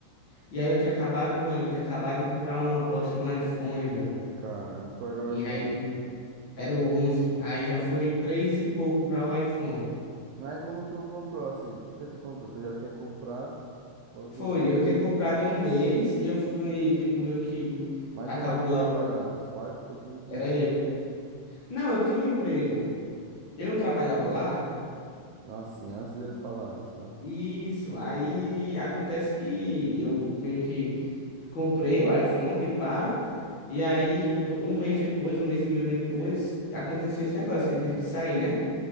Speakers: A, on the left; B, on the right.
A: E aí eu tinha acabado, mano, eu tinha acabado de comprar uma bosta de um iPhone, velho.
B: Caramba, qual era o
A: E
B: iPhone?
A: aí era o onze Aí já foi três e pouco para o iPhone.
B: Mas como tu comprou assim? Por que tu comprou? Tu já tinha comprado? Ou tu,
A: Foi,
B: quando
A: eu tinha comprado em um mês e eu fui, tipo, meio que
B: Mas
A: acabou
B: quem era que
A: lá.
B: ia pagar?
A: o-
B: Teus pais? Porque tu não tinha
A: Era
B: emprego.
A: eu. Não, eu tinha um emprego. Eu não trabalhava lá.
B: Assim, antes dele falar isso, né?
A: Isso, aí acontece que eu meio que comprei o iPhone, pá, e aí do- um mês depois, um mês e meio depois, aconteceu esse negócio que eu tive que sair, né?